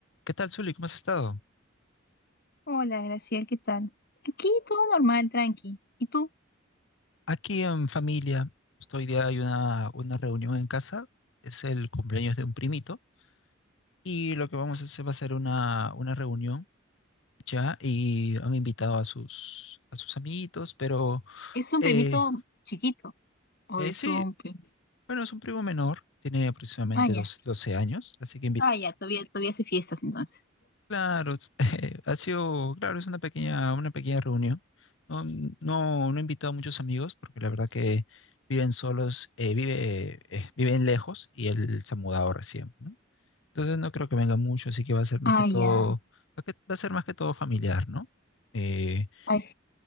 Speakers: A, on the left; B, on the left.
A: ¿Qué tal, Zuli? ¿Cómo has estado?
B: Hola, Graciel, ¿qué tal? Aquí todo normal, tranqui. ¿Y tú?
A: Aquí en familia, justo hoy día hay una, una reunión en casa, es el cumpleaños de un primito, y lo que vamos a hacer va a ser una, una reunión ya, y han invitado a sus, a sus amiguitos, pero
B: ¿Es un
A: eh,
B: primito chiquito o
A: eh,
B: es
A: sí,
B: un primo?
A: bueno, es un primo menor, tiene aproximadamente
B: Ah, ya.
A: 12, 12 años, así que
B: Ah, ya, todavía, todavía hace fiestas entonces.
A: Claro, <laughs> ha sido, claro, es una pequeña, una pequeña reunión. No, no, no he invitado a muchos amigos porque la verdad que viven solos, eh, vive, eh, viven lejos y él se ha mudado recién, ¿no? Entonces no creo que venga mucho, así que va a ser más
B: Ah,
A: que todo,
B: ya.
A: va que- va a ser más que todo familiar, ¿no? Eh,
B: Ay,